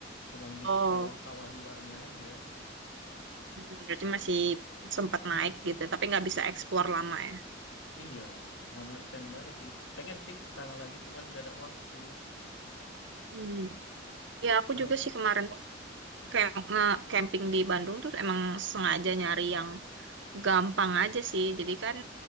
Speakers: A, on the left; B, on the right.
A: cuman di
B: Oh,
A: kawah-kawah luarnya aja
B: Hmm, berarti masih sempat naik gitu, tapi nggak bisa explore lama ya.
A: iya karena sayang banget sih pengen sih ke sana lagi cuman nggak ada waktu
B: Hmm. Ya, aku
A: kalau
B: juga sih kemarin kayak nge-camping di Bandung tuh emang sengaja nyari yang gampang aja sih. Jadi kan